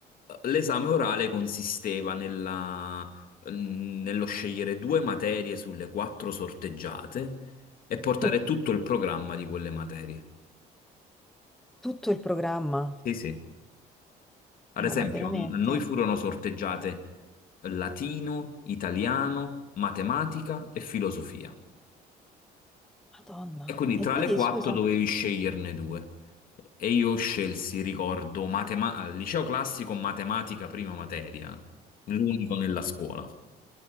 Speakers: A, on the left; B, in the centre.
A: L'esame orale consisteva nella- nello scegliere due materie sulle quattro sorteggiate e portare
B: <laughs>
A: tutto il programma di quelle materie.
B: Tutto il programma.
A: Sì, sì. Ad
B: No,
A: esempio,
B: ma veramente.
A: a noi furono sorteggiate latino, italiano, matematica e filosofia.
B: Madonna.
A: E quindi
B: E
A: tra
B: quindi,
A: le quattro
B: scusa.
A: dovevi sceglierne due. E io scelsi, ricordo, matema- liceo classico, matematica prima materia, l'unico nella scuola.